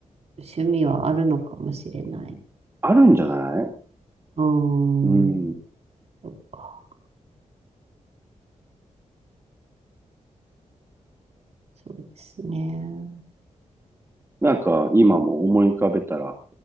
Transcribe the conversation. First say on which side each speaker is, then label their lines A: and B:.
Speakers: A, on the right; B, on the right.
A: 趣味はあるのかもしれない。
B: あるんじゃない
A: うん、
B: うん。
A: そっか、そうですね。
B: なんか、今も思い浮かべたら、